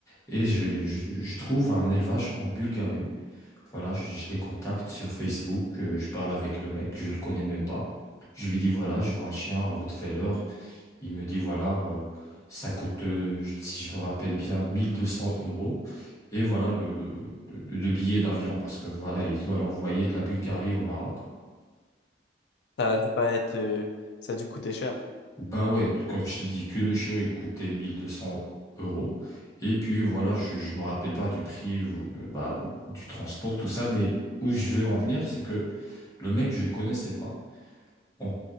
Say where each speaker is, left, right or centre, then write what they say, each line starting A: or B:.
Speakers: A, on the left; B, on the left.
A: Et je, je je trouve un élevage en Bulgarie voilà, je, je les contacte sur Facebook, euh, je parle avec le mec, je le connais même pas. Je lui dis, voilà, je vois un chien, un Rottweiler. Il me dit, voilà, euh, ça coûte, euh, si je me rappelle bien, 1200 euros. Et voilà le, le, le- le billet d'avion, parce que voilà, il doit l'envoyer de la Bulgarie au Maroc.
B: Ça a dû pas être, euh, ça a dû coûter cher.
A: Bah ouais, comme je te dis, que le chiot il coûtait 1200 euros. Et puis voilà, je, je me rappelle pas du prix, ou, euh, bah, du transport, tout ça, mais où je veux en venir, c'est que le mec, je le connaissais pas. on-